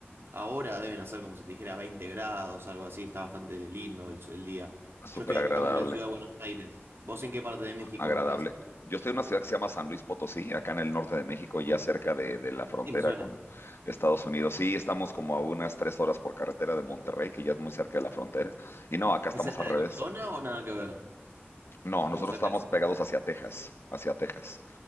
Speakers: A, on the right; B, on the left.
A: ahora deben hacer como si te dijera 20 grados, algo así. Está bastante lindo el, el día.
B: Súper
A: Yo estoy acá
B: agradable,
A: en la ciudad de Buenos Aires. ¿Vos en qué parte de México
B: agradable.
A: estás?
B: Yo estoy en una ciudad que se llama San Luis Potosí, acá en el norte de México, ya
A: Ujú.
B: cerca de, de la frontera
A: Sí, me suena.
B: con Estados Unidos. Sí, estamos como a unas tres horas por carretera de Monterrey, que ya es muy cerca de la frontera. Y no, acá estamos
A: ¿Es cerca
B: al revés.
A: de Arizona o nada que ver?
B: No,
A: Como
B: nosotros
A: cerca
B: estamos
A: de sur.
B: pegados hacia Texas, hacia Texas.